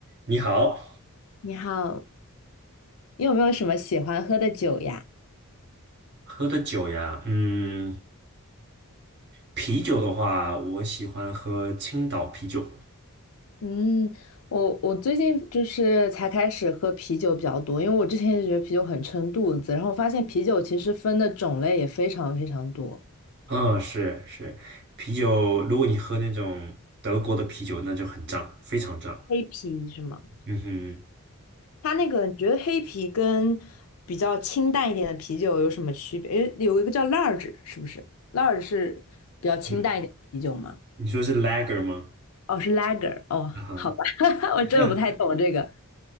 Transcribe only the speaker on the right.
你好，
喝的酒呀，嗯，啤酒的话，我喜欢喝青岛啤酒。
嗯，是是，啤酒，如果你喝那种德国的啤酒，那就很胀，非常胀。
嗯哼，
你你说是 Lager 吗？
啊哈
<laughs>